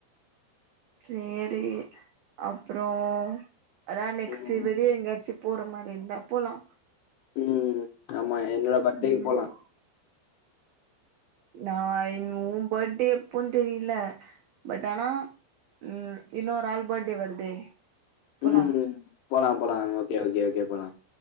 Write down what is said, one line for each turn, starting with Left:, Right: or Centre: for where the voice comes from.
Right: சேரி, அப்றோ அதா நெக்ஸ்ட்
Left: ம்
Right: வெளிய எங்கயாச்சு போற மாரி இருந்தா போலா
Left: ம் ஆமா என்னோட பர்த் டேக்கு
Right: ம்
Left: போலா
Right: நா இன் உ பர்த்டே எப்போன்னு தெரில பட் ஆனா, ம் இன்னொரு ஆள் பர்த்டே வருதே போலா
Left: ம் போலா போலா, ஓகே ஓகே ஓகே போலா,